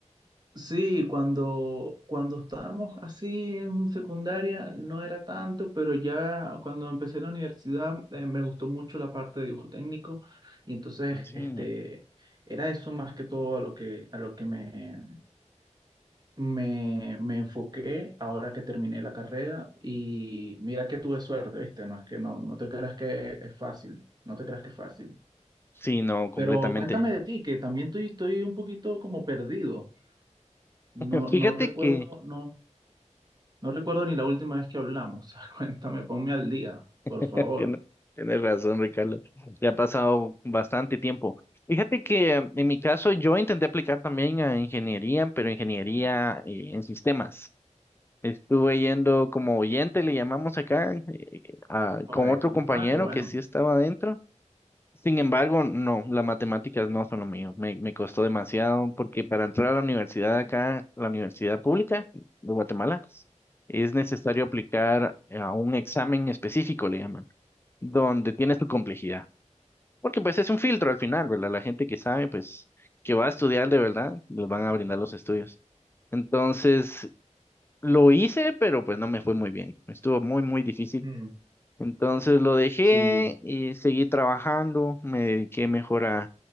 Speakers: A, on the right; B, on the left.
A: Sí, cuando, cuando estábamos así en secundaria no era tanto, pero ya cuando empecé la universidad eh, me gustó mucho la parte de dibujo técnico y entonces
B: Sí,
A: este, era eso más que todo a lo que, a lo que me, me, me enfoqué ahora que terminé la carrera y mira que tuve suerte, ¿viste? No es que no, no te creas que es fácil, no te creas que es fácil.
B: sí, no, completamente.
A: Pero cuéntame de ti, que también estoy, estoy un poquito como perdido. No,
B: <laughs> Fíjate
A: no recuerdo,
B: que...
A: no. No recuerdo ni la última vez que hablamos. <laughs> Cuéntame, ponme al día, por
B: <laughs>
A: favor.
B: Tienes tienes razón, Ricardo. Ya ha pasado bastante tiempo. Fíjate que em, en mi caso yo intenté aplicar también a ingeniería, pero ingeniería eh, en sistemas. Estuve yendo como oyente, le llamamos acá, a-
A: Correcto.
B: con otro compañero
A: Ah, qué bueno.
B: que sí estaba adentro. Sin embargo, no, las matemáticas no son lo mío. Me, me costó demasiado porque para entrar a la universidad acá, la universidad pública de Guatemala, es necesario aplicar a un examen específico, le llaman, donde tienes tu complejidad. Porque pues es un filtro al final, ¿verdad? La gente que sabe, pues, que va a estudiar de verdad, les van a brindar los estudios. Entonces, lo hice, pero pues no me fue muy bien. Estuvo muy, muy difícil.
A: Mm,
B: Entonces lo dejé
A: Sí,
B: y seguí trabajando, me dediqué mejor a,